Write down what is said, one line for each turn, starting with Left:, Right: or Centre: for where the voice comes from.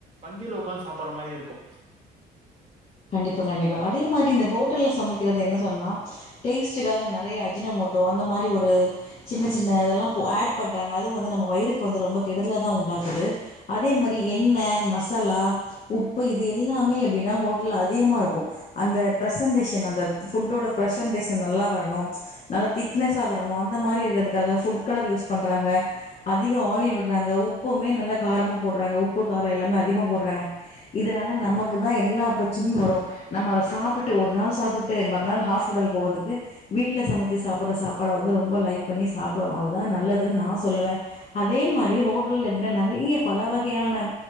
Right: பந்தில உக்காந்து சாப்பாட்ற மாறியே இருக்கு
Left: கண்டிப்பா கண்டிப்பா அதே மாறி இந்த ஹோட்டல்ல சமைக்க கிறது என்ன சொன்னா டேஸ்ட் காக நெறய அஜினமோட்டோ அந்த மாறி ஒரு சின்ன சின்ன இதெல்லா போ ஆட் பண்றாங்க அது வந்து நம்ம வயிறுக்கு வந்து ரொம்ப கெடுதல தா உண்டாக்குது அதே
Right: ம்,
Left: மாரி எண்ணெ மசாலா உப்பு இது எல்லாமே எப்டின்னா அதிகமா இருக்கு அந்த பிரசன்டேஷன் அந்த ஃபுட்டோடா பிரசன்டேஷன் நல்லா வரணும் திக்னஸா வரணு அந்த மாரி இருக்கிறதுக்காக ஃபுட் கலர் யூஸ் பண்றாங்க அதிக ஆயில் விடுறாங்க உப் உப்புமே நல்ல காரமா போடுறாங்க உப்பு கார எல்லாமே அதிகமா போடுறாங்க இதனால நமக்கு தா எல்லா பிரச் சனையு வரு நம்ம அத சாப்ட்டுட்டு ஒரு நாள் சாப்ட்டுட்டு மறுநாள் ஹாஸ்பிடல் போகுதுக்கு வீட்ல சமச்சி சாப் சாப்புடுற சாப்பாட வந்து ரொம்ப லைக் பண்ணி சாப்டணு அதுதா நல்லதுனு நா சொல்லுவ அதே மாரி ஹோட்டல அப்டி நெறைய பல வகையான